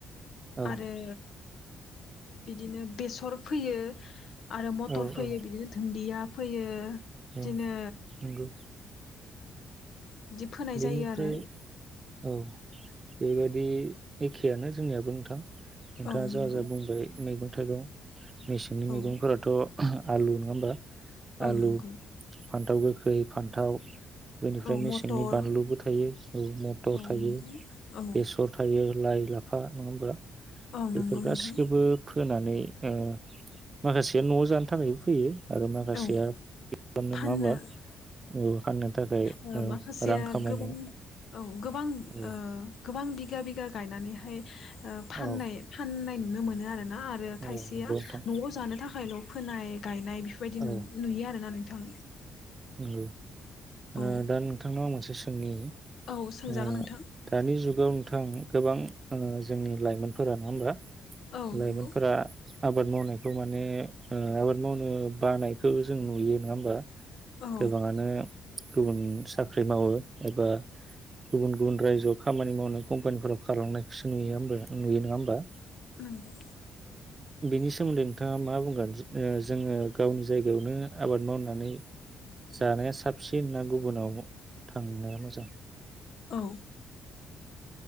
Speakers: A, on the right; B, on the left.
A: औ
B: आरो। बिदिनो बेसर फैयो आरो मटर
A: औ
B: फोयो,
A: औ
B: बिदिनो दुन्दिया फोयो बिदिनो
A: औ नंगौ
B: बिदि फोनाय
A: बेनिफ्राय
B: जायो आरो
A: औ बेबाय बे एखेयानो जोंनियाबो नोंथां। नोंथाङा
B: औ नंगौ
A: जा जा बुंबाय मैगं थाइगं मेसेंनि मैगंफोराथ'
B: औ
A: आलु नङा होमबा?
B: औ
A: आलु
B: नंगौ।
A: फान्थाव गोखै, फान्थाव बेनिफ्राय
B: औ
A: मेसेंनि
B: मटर
A: बानलुबो थायो। औ मटर
B: औ
A: थायो
B: नंगौ औ
A: बेसर थायो। लाइ, लाफा नङा होमबा?
B: औ
A: बेफोर
B: नंगौ
A: गासिखोबो
B: नोंथां
A: फोनानै ओ माखासेया न'आव जानो थाखायबो फैयो। आरो माखासेया
B: औ
A: खालामनो
B: फाननो
A: नङा होमबा औ फाननो थाखाय
B: ओ माखासेया
A: रां खामायनो।
B: गोबां औ गोबां
A: औ
B: ओ। गोबां बिगा बिगा गायनानैहाय ओ फाननाय
A: औ
B: फाननाय नुनो मोनो आरो ना आरो खायसेया
A: औ नंगौ नोंथां
B: न'आव जानो थाखायल' फोनाय गायनाय बायदि
A: औ
B: नु नुयो आरोना नोंथां
A: नोंगौ ओ
B: औ
A: दा नोंथांनाव आं मोनसे गोसोंनि
B: औ सोंजागोन
A: ओ
B: नोंथां
A: दानि जुगाव नोंथां गोबां आङो जोंनि लाइमोनफोरा नङा होमबा
B: औ
A: लाइमोनफोरा
B: नंगौ
A: आबाद मावनायखौ माने ओ आबाद मावनो। बानायखौ जों नुयो नङा होमबा।
B: औ
A: गोबाङानो। गुबुन साख्रि मावो। एबा गुबुन गुबुन रायजोआव खामानि मावनाय कम्पानिफोराव खालामनायखौसो नुयो नुयो नङा होमबा।
B: नंगौ
A: बिनि सोमोन्दै नोंथाङा मा बुंगोन जोङो। गावनि जायगायावनो आबाद मावनानै जानाया साबसिन ना गुबुनाव थांनाया मोजां।
B: औ ओ